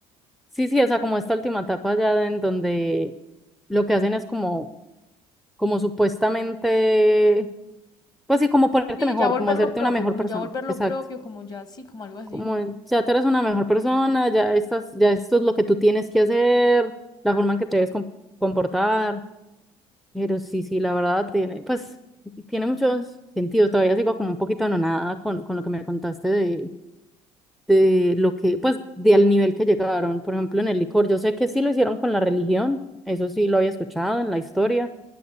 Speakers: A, in the centre; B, on the left (about 35°).
A: sí, sí, o sea, como esta última etapa ya en donde lo que hacen es como, como supuestamente, pues sí, como ponerte
B: Sí,
A: mejor,
B: ya volver
A: como hacerte
B: lo propio,
A: una mejor
B: como
A: persona.
B: ya volver lo
A: Exacto.
B: propio, como ya sí, como algo así.
A: Como en, ya tú eres una mejor persona, ya estás, ya esto es lo que tú tienes que hacer, la forma en que te debes com- comportar. Pero sí, sí, la verdad tiene, pues, tiene muchos sentidos. Todavía sigo como un poquito anonada con, con lo que me contaste de, de lo que, pues, de al nivel que llegaron. Por ejemplo, en el licor, yo sé que sí lo hicieron con la religión, eso sí lo había escuchado en la historia,